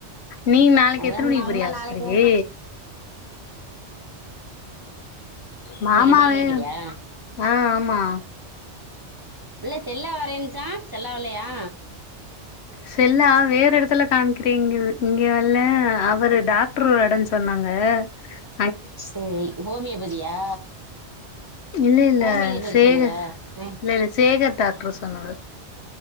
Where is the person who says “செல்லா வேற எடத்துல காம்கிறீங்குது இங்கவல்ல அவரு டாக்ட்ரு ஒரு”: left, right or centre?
Left